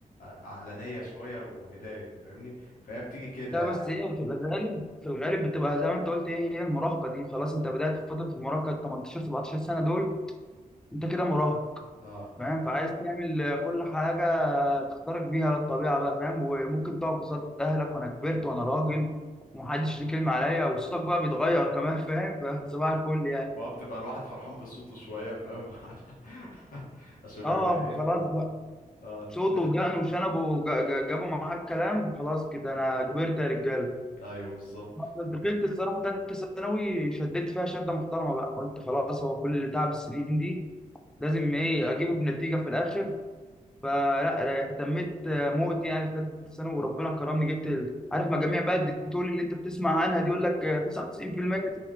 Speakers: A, on the left (about 85°); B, in the centre.
A: عقلانية شوية وهداية فاهمني فهي بتيجي كده
B: لا بس
A: يعني
B: هي في الغالب في الغالب بتبقى زي ما انت قلت هي هي المراهقة دي خلاص انت بدأت في فترة المراهقة 18 17 سنة دول انت كده مراهق
A: اه
B: فاهم فعايز تعمل كل حاجة تختارك بيها للطبيعة بقى فاهم وممكن تقعد قصاد أهلك وأنا كبرت وأنا راجل ومحدش ليه كلمة عليا وصوتك بقى بيتغير كمان فاهم <laughs> فصباح الفل يعني
A: بقى بتبقى الواحد فرحان بصوته شوية فاهم <laughs> عشان بيبقى
B: اه
A: ايه فاهم
B: خلاص بقى
A: اه تتخن
B: صوته ودقنه وشنبه وج- ج- جابوا معاك كلام خلاص كده أنا كبرت يا رجالة
A: ايوه بالظبط
B: دخلت الصراحة تالتة ثانوي شديت فيها شدة محترمة بقى قلت خلاص هو كل تعب السنين دي لازم إيه أجيبه بنتيجة في الآخر فلا اهتميت موت يعني في ثالثه ثانوي وربنا كرمني جبت ال- عارف مجاميع بقى الديتول اللي انت بتسمع عنها دي يقول لك 99%